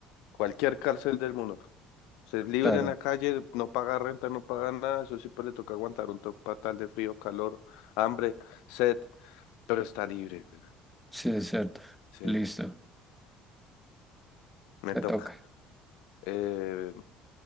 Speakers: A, on the left; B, in the centre.
A: Cualquier cárcel del mundo. Ser libre
B: claro.
A: en la calle, no paga renta, no paga nada. Eso sí, pues le toca aguantar un toque fatal de frío, calor, hambre, sed. Pero está libre, güey.
B: Sí, es cierto.
A: Sí,
B: Listo,
A: me
B: te
A: toca.
B: toca.
A: Eh,